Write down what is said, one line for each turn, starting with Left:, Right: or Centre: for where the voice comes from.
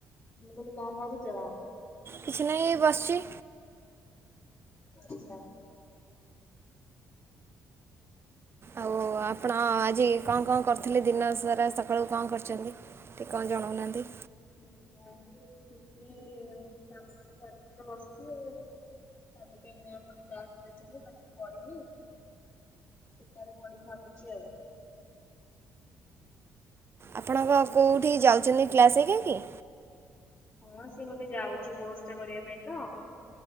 Left: ମୁଁ କହିଲି କଣ କରୁଛ?
Right: କିଛି ନାହିଁ ବସିଛି।
Left: ଆଛା।
Right: ଆଉ ଆପଣ ଆଜି କଣ କଣ କରିଥିଲେ ଦିନ ସାରା ସକାଳୁ କଣ କରିଛନ୍ତିି କଣ ଯଣଉନାହାନ୍ତି।
Left: ମୁଁ ଆଉ କିଛି କାମ ଦାମ ସାରିକି ତ ବସଛି ଆଉ। କାଲି ପାଇଁ ମୋମ୍ ଗୋଟେ ଟାସ୍କ ଦେଇଛନ୍ତି ତାକୁ ମୁଁ କରିନି। କେତେବେଳେ ପଢ଼ିବି ଭାବୁଛି ଆଉ।
Right: ଆପଣଙ୍କ କୋଉଠି ଯାଉଛନ୍ତି କ୍ଲାସ ହେରିକା କି?
Left: ହଁ ସିଏ ଗୋଟେ ଯାଉଛି କୋର୍ସ ଟା କରିବା ପାଇଁ ତ।